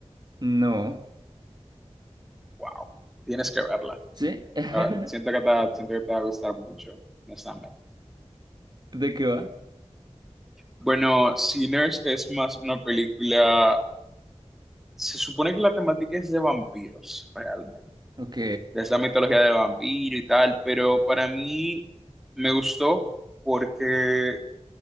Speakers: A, on the right (about 40°); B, in the centre.
A: No.
B: Wow, tienes que verla.
A: ¿Sí? <laughs>
B: Ah, Siento que te, siento que te va a gustar mucho, honestamente.
A: ¿De qué va?
B: Bueno, Sinners es más una película, se supone que la temática es de vampiros, realmente
A: Ok.
B: de esa mitología del vampiro y tal, pero para mí me gustó porque